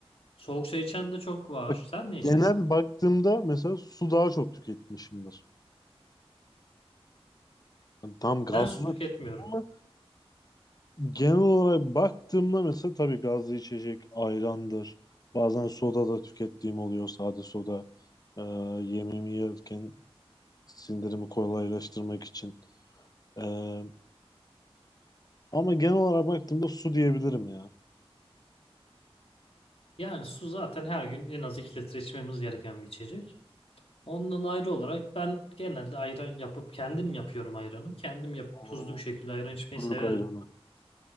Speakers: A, on the left (about 70°); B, on the left (about 40°).
A: Soğuk çay içen de çok var.
B: Bak
A: Sen ne içersin?
B: genel baktığımda mesela su daha çok tüketmişimdir. Yani tam gazlı
A: Ben su tüketmiyorum.
B: tüketiyorum ama genel olarak baktığımda mesela tabii gazlı içecek ayrandır. Bazen soda da tükettiğim oluyor sade soda. Ee, yemeğimi yerken sindirimi kolaylaştırmak için. Ee, ama genel olarak baktığımda su diyebilirim ya.
A: Yani su zaten her gün en az 2 litre içmemiz gereken bir içecek. Ondan ayrı olarak ben genelde ayran yapıp kendim yapıyorum ayranı. Kendim yapıp
B: O
A: tuzlu bir şekilde ayran içmeyi
B: kuruluk
A: severim.
B: ayranı.